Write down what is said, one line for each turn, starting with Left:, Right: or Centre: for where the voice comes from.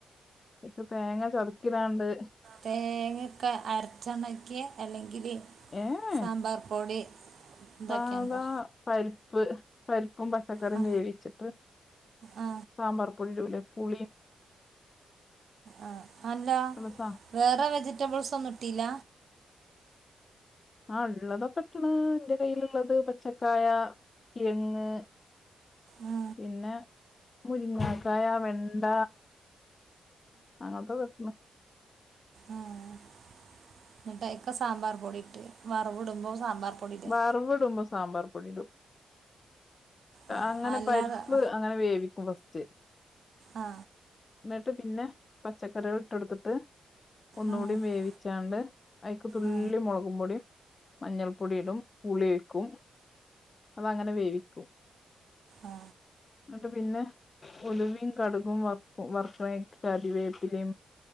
Left: അയ്ക്ക് തേങ്ങ ചറുക്കിടാണ്ട്.
Right: തേങ്ങക്കെ അരച്ചണ്ടാക്കിയേ അല്ലെങ്കില്.
Left: ഏഹ്
Right: സാമ്പാർ പൊടി. ഇതൊക്കെയുണ്ടോ
Left: സാധാ പരിപ്പ് പരിപ്പും പച്ചക്കറിയും
Right: ആ
Left: വേവിച്ചിട്ട്.
Right: ആ
Left: സാമ്പാർ പൊടിടൂലേ പുളിയും.
Right: ആഹ് അല്ല
Left: ഉള്ള സാ
Right: വേറെ വെജിറ്റബിൾസ് ഒന്നും ഇട്ടീല്ല.
Left: ആഹ് ഉള്ളതൊക്കെ ഇട്ടാണ് എന്റെ കയ്യിലുള്ളത് പച്ചക്കായ. കിഴങ്ങ്
Right: ആ
Left: പിന്നെ. മുരിങ്ങാക്കായ വെണ്ട അങ്ങനത്തെക്കെട്ടു.
Right: ആഹ് എന്നിട്ടയ്ക് സാമ്പാർ പൊടിട്ട് വറവിടുമ്പോ സാമ്പാർ. പൊടി ഇടുക
Left: വറവിട്മ്പോ സാമ്പാർ പൊടിടും.
Right: ആ
Left: അങ്ങനെ
Right: അല്ലാതെ
Left: പരിപ്പ്
Right: ആ
Left: അങ്ങനെ വേവിക്കും ഫസ്റ്റ്.
Right: ആ
Left: ന്നട്ട് പിന്നെ പച്ചക്കറ്യേള് ഇട്ടൊട്ത്തിട്ട് ഒന്നുടി
Right: ആ
Left: വേവിച്ചാണ്ട്. അയ്ക്ക് തുള്ളി
Right: ആ
Left: മോളകും പൊടിം മഞ്ഞൾപ്പൊടി ടും ഉ വേവിക്കും അപ്പങ്ങനെ വേവിക്കും.
Right: ആ
Left: ന്നട്ട് പിന്നെ ഉലുവിം കടുകും വർക്കും വർക്ക്ണേയ്ക്ക് കരിവേപ്പിലിം.